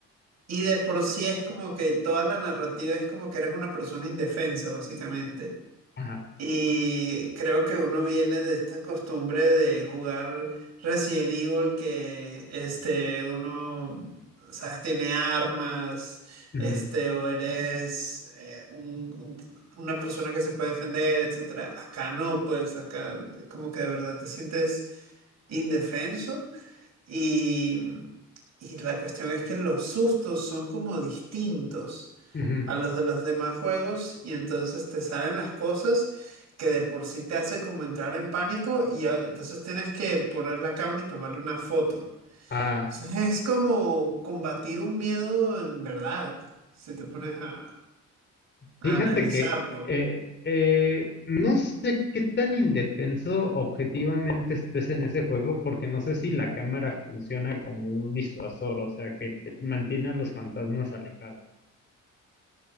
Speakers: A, on the right; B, on the left.
A: Y de por sí es como que toda la narrativa es como que eres una persona indefensa, básicamente.
B: Ajá.
A: Y creo que uno viene de esta costumbre de jugar Resident Evil que este, uno, sabes, tiene armas,
B: ujú,
A: este, o eres eh, un- un- una persona que se puede defender, etcétera. Acá no, pues acá como que de verdad te sientes indefenso. Y, y la cuestión es que los sustos son como distintos
B: ujú.
A: a los de los demás juegos y entonces te salen las cosas que de por sí te hace como entrar en pánico y a- entonces tienes que poner la cámara y tomarle una foto.
B: Ah,
A: Entonces es como combatir un miedo en verdad, si te pones a, a
B: fíjate
A: analizarlo.
B: que eh, eh, no sé qué tan indefenso objetivamente estés en ese juego, porque no sé si la cámara funciona como un disuasor, o sea, que te mantiene a los fantasmas alejados.